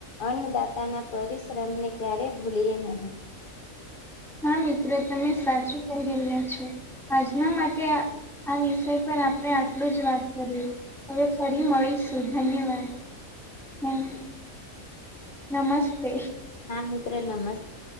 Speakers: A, on the left; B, in the centre.
A: અન્નદાતા ના પરિશ્રમને ક્યારે ભૂલીએ નહીં.
B: હા મિત્ર. તમે સાચું કહી રહ્યા છો, આજના માટે આ આ વિષય પર આપડે આટલું જ વાત કરીએ. હવે ફરી મળીશું. ધન્યવાદ! હું નમસ્તે...
A: હા મિત્ર. નમસ્તે...